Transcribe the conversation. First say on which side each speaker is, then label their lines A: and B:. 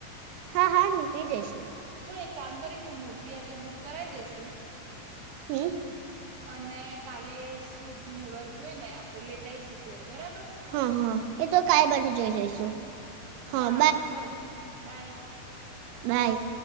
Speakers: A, on the right (about 85°); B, on the right (about 60°).
A: હા હા નીકળી જઈશું.
B: જો એક કામ કરીશું મૂર્તિ આજે બુક કરાવી દઈશુ.
A: હમ.
B: અને કાલે શુભ મુહૂર્ત જોઈ ને આપડે લેતા આવીઈશું ઘેર બરાબર.
A: હા હા એ તો કઈ બાધું જોઈ જઈશું. હા
B: સારું ચલ બાય.
A: બાઈ.